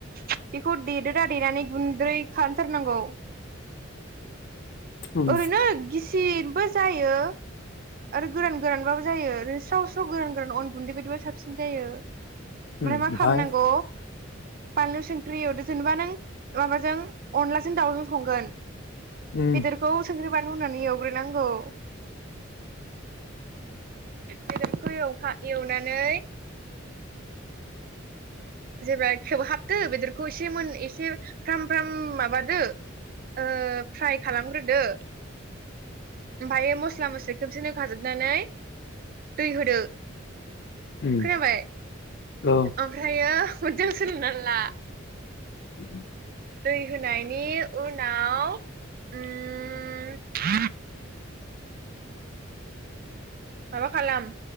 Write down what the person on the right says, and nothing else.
बेखौ देदोदा देनानै गुन्द्रै खालामथारनांगौ
ओरैनो गिसियैबो जायो। आरो गोरान गोरानबाबो जायो ओरैनो स्राव स्राव गोरान गोरान अन गुन्दै बायदिबा साबसिन जायो। ओमफ्राय
मा खालामनांगौ बानलु सं ख्रि एवदो जेनेबा नों माबाजों अनलाजोंनो दाउजों संगोन
बेदरखौ संख्रि बालु होननानै एवग्रोनांगौ बेदरखौ एखा एवनानै जेब्ला खेब हाबदो बेदरखौ एसे मोन एसे फ्राम फ्राम माबा ओ फ्राय खालामग्रोदो ओमफ्राय मस्ला मस्लि खोमसे होखाजोबनानै दै होदो।
खोनाबाय?
ओमफ्रायो मोजां सोलोंना ला।
दै होनायनि उनाव उम <inaudible> माबा खालाम